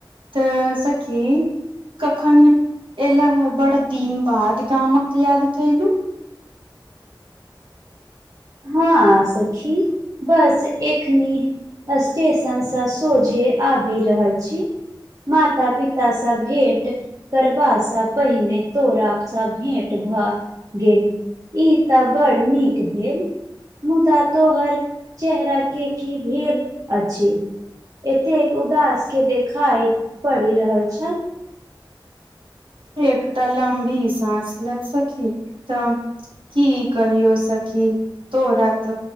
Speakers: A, on the right; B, on the right.
A: तऽ सखी कखन एलहुं बड़ दिन बाद गामक याद केलु
B: हँ सखी बस एखनी स्टेशनसँ सोझे आबि रहल छी माता पिता स भेट करबा सऽ पहिने तोरा सब भेंट भए गेल ई तऽ बड़ नीक भेल मुदा तोहर चेहरा के की भेल अछि एतेक उदास के देखाय पड़ि रहल छै
A: एकटा लम्बी सांस लेत सकी त की कहियौ सखी तोरात